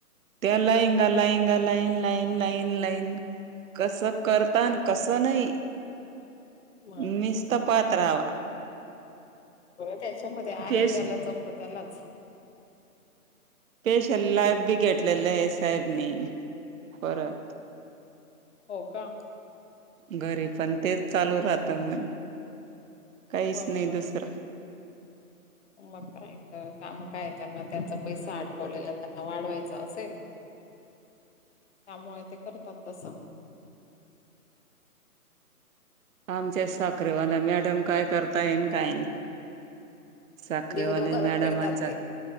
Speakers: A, on the right; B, on the left.
A: त्या लाईंगा लाईंगा लाईन लाईन लाईन लाईन कसं करता आणि कसं नाही
B: मग
A: निस्तपात राहावा.
B: त्याच्यामध्ये आहे
A: फेस
B: ज्याला जमत त्यालाच.
A: पेश लाइफ बी घेतलेले आहे साहेबनी परत.
B: हो का.
A: घरी पण तेच चालू राहत म्हण काहीच
B: बरोबर
A: नाही दुसर.
B: मग काय तर, का मग काय त्यांना त्यांचा पैसा अडकवलेला त्यांना वाढवायचं असेल?
A: <inaudible>
B: त्यामुळे ते करतात तसं.
A: आमच्याच साखरेवाला मॅडम काय करता येन काय नाही. साखरेवाले
B: देवदेव करत
A: मॅडमचा-
B: फिरतात ते